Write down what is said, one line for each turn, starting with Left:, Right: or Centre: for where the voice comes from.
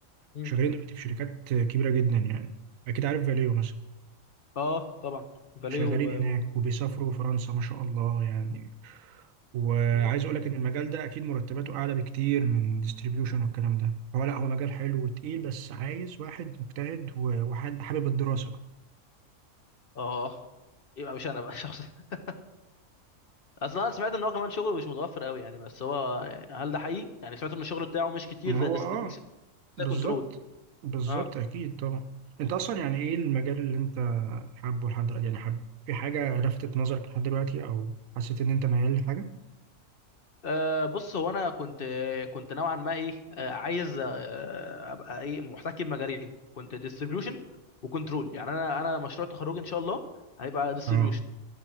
Left: مم.
Right: شغالين دلوقتي في شركات كبيرة جدا يعني أكيد عارف فاليو مثلا
Left: اه طبعا فاليه
Right: شغالين
Left: و...
Right: هناك
Left: و...
Right: وبيسافروا فرنسا ما شاء الله يعني وعايز
Left: مم.
Right: أقول لك إن المجال ده أكيد مرتباته أعلى بكتير من ديستريبيوشن والكلام ده فهو لا هو مجال حلو وتقيل بس عايز واحد مجتهد و- وحد حابب الدراسة بقى.
Left: اه يبقى مش انا بقى شخص <laughs> اصلا انا سمعت ان هو كمان شغله مش متوفر قوي يعني بس هو يعني، هل ده حقيقي يعني سمعت ان الشغل بتاعه مش كتير
Right: ما
Left: زي
Right: هو
Left: ديستريبيوشن
Right: اه بالظبط
Left: زي كنترول
Right: بالظبط
Left: اه
Right: اكيد طبعا انت اصلا يعني ايه المجال اللي انت حابه لحد دلوقتي يعني حابب في حاجه لفتت نظرك لحد دلوقتي او حسيت ان انت ميال لحاجه
Left: أه بص هو انا كنت كنت نوعا ما ايه أه عايز أه ابقى ايه محتكي بمجالين كنت ديستريبيوشن وكنترول يعني انا انا مشروع تخرجي ان شاء الله هيبقى ديستريبيوشن
Right: اه